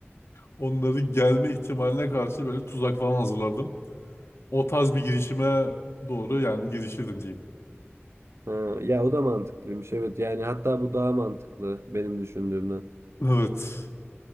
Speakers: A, on the left (about 80°); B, on the right (about 80°).
A: onların gelme ihtimaline karşı böyle tuzak falan hazırlardım. O tarz bir girişime doğru yani girişirdim diyeyim.
B: Ha, ya o da mantıklıymış evet yani hatta bu daha mantıklı benim düşündüğümden.
A: Evet.